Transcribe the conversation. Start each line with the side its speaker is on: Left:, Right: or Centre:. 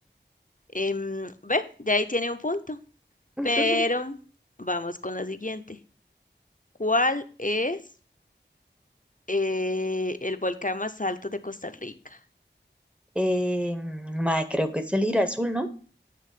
Left: Em, ve, ya ahí tiene un punto,
Centre: <laughs>
Left: pero vamos con la siguiente. ¿Cuál es? Eh, el volcán más alto de Costa Rica.
Centre: Eh, mae, creo que es el ir azul ¿no?